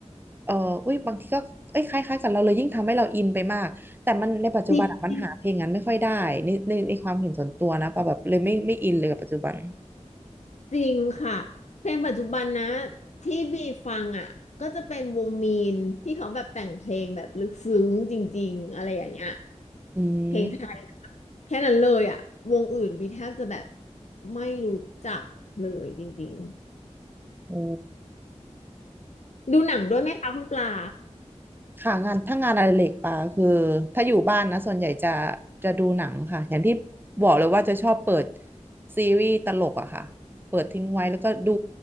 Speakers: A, on the right; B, on the left.
A: เอออุ้ยบางทีก็เอ้ยคล้ายๆกันเราเลยยิ่งทำให้เราอินไปมากแต่มันในปัจจุบันอะมันหาเพลงนั้นไม่ค่อยได้ในในในความเห็นส่วนตัวนะปะแบบเลยไม่ไม่อินเลยกับปัจจุบัน
B: จริง จริงค่ะเพลงปัจจุบันนะที่บีฟังอ่ะก็จะเป็นวงมีนที่เขาแบบแต่งเพลงแบบลึกซึ้งจริงๆอะไรอย่างเงี้ย
A: อืม
B: เพลงไทยแค่นั้นเลยอ่ะวงอื่นบีแทบจะแบบไม่รู้จักเลยจริง
A: โอ้
B: ๆดูหนังด้วยไหมคะคุณปลา
A: ค่ะงานถ้างานอดิเรกปาคือถ้าอยู่บ้านนะส่วนใหญ่จะจะดูหนังค่ะอย่างที่บอกเลยว่าจะชอบเปิดซีรีส์ตลกอะค่ะเปิดทิ้งไว้แล้วก็ดู